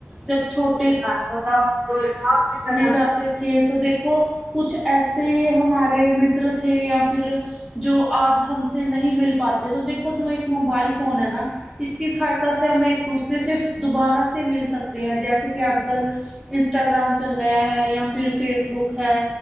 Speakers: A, in the centre; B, on the right (about 55°).
A: جب چھوٹ
B: ہاں بت کوئی آ کر
A: جاتے تھے تو دیکھو کچھ ایسے ہمارے متر تھے یا پھر جو آج ہم سے نہیں مل پاتے تو دیکھو جو ایک موبائل فون ہے نا اس کی سہایتا سے ہم ایک دوسرے سے دوبارہ سے مل سکتے ہیں جیسے کہ آج کل انسٹاگررام چل گیا ہے یا پھر فیس بک ہے